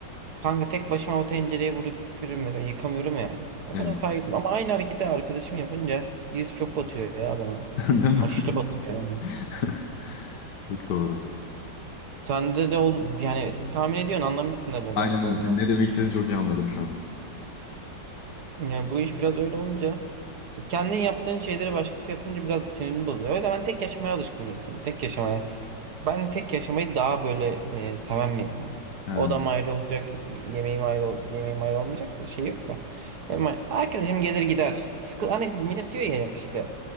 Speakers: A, on the right; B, on the left.
A: Kanka tek başıma o tencereyi bırakıyorum mesela yıkamıyorum ya. Ya
B: Evet.
A: bana o kadar gitmiyor. Ama aynı hareketi arkadaşım yapınca his çok batıyor ya bana.
B: <laughs> Değil mi?
A: Aşırı batıyor yani.
B: <laughs> Çok doğru.
A: Sende de ol yani tahmin ediyorsun anlamışsındır ne
B: Aynen
A: demek
B: öyle.
A: olduğunu.
B: Senin ne demek istediğini çok iyi anladım şu an.
A: Yani bu iş biraz öyle olunca kendin yaptığın şeyleri başkası yapınca biraz sinirini bozuyor. O yüzden ben tek yaşamaya alışkın bir insanım. Tek yaşamaya. Ben tek yaşamayı daha böyle e, seven bir insanım.
B: Ha,
A: Odam ayrı olacak, yemeğim ayrı, ol- yemeğim ayrı olmayacak da şey yok da. Hemen arkadaşım gelir gider. Sıkı, hani millet diyor ya ya işte